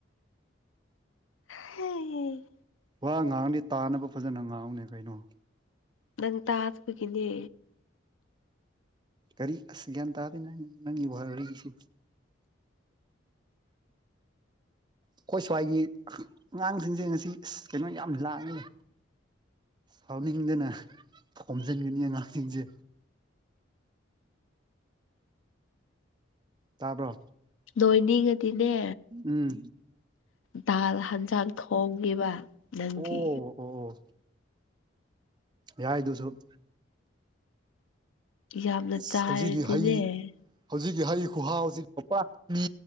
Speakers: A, on the left (about 80°); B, on the right (about 20°).
A: ꯍꯩ
B: ꯋꯥ ꯉꯥꯡꯉꯗꯤ ꯇꯥꯅꯕ ꯐꯖꯅ ꯉꯥꯡꯉ‌ꯣꯅ‌ꯦ ꯀꯩꯅꯣ
A: ꯅꯪ ꯇꯥꯗꯕꯒꯤꯅꯦ
B: ꯀꯔꯤ ꯑꯁ ꯒ꯭ꯌꯥꯟ ꯇꯥꯗꯦ ꯅꯪ ꯅꯪꯒꯤ ꯋꯥꯔꯤꯁꯤ ꯑꯩꯈꯣꯏ ꯁ꯭ꯋꯥꯏꯒꯤ ꯑꯉꯥꯡꯁꯤꯡꯁꯦ ꯉꯁꯤ ꯑꯁ ꯀꯩꯅꯣ ꯌꯥꯝ ꯂꯥꯡꯉ‌ꯦ ꯁꯥꯎꯅꯤꯡꯗꯅ ꯊꯣꯝꯖꯤꯟꯒꯅꯤ ꯑꯉꯥꯡꯁꯤꯡꯁꯦ ꯇꯥꯕ꯭ꯔꯣ
A: ꯅꯣꯏꯅꯤꯡ ꯉꯗꯤꯅꯦ
B: ꯎꯝ
A: ꯗꯥꯜ ꯍꯟꯖꯥꯡ ꯊꯣꯡꯉꯦꯕ ꯅꯪꯒꯤ꯫
B: ꯑꯣ ꯑꯣ ꯑꯣ ꯌꯥꯍꯏꯗꯨꯁꯨ
A: ꯌꯥꯝꯅ
B: ꯑꯁ
A: ꯆꯥꯔꯗꯤꯅꯦ
B: ꯍꯧꯖꯤꯛꯀꯤ ꯍꯩ ꯍꯧꯖꯤꯛꯀꯤ ꯍꯩ ꯈꯨꯍꯥꯎꯁꯤ ꯄꯥꯄꯥ ꯃꯤ